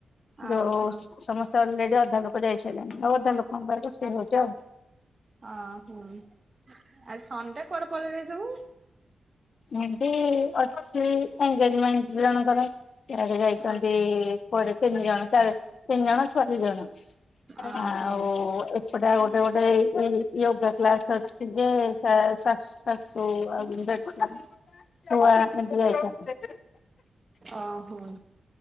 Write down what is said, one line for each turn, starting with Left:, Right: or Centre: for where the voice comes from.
Right: ଓହୋ
Left: ଯୋଉ ସମ ତ ଅଲରେଡି ଅଧା ଲୋକ ଯାଇସାଇଲେଣି ଆଉ ଅଧା ଲୋକଙ୍କ ପାଇଁ ରୋଷେଇ ହଉଛି ଆଉ।
Right: ଓହୋ ଆଜି ସଣ୍ଡେ କୁଆଡେ ପଳେଇଲେ ସବୁ?
Left: ଏମତି ଅଛି ଏନଗେଜମେଣ୍ଟ ଜଣଙ୍କର ଆଜି ଯାଇଛନ୍ତି।
Right: ଓହୋ
Left: ପରେ ତିନି ଜଣ ଚାରି ତିନି ଜଣ ଛୁଆ ଦି ଜଣ
Right: ଓହୋ
Left: ଆଉ <inaudible> ଗୋଟେ ଗୋଟେ ହେଇକି ୟୋଗା କ୍ଲାସ ଅଛି ଯେ ସା ସାସୁ ଶାଶୂ <inaudible>
Right: ଅହୋ।